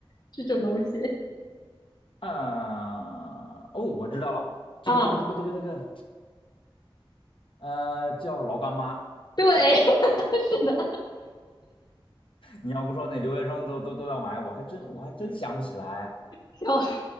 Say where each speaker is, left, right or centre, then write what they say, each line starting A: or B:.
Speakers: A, on the left; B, on the left.
A: 这种东西
B: 呃，哦，我知道了，这个，
A: <laughs> 啊，
B: 这个，这个，这个，这个，呃，叫老干妈。
A: 对，<laughs> 是的，
B: 你要不说那留学生都都都要买，我还真我还真想不起来。
A: 笑死，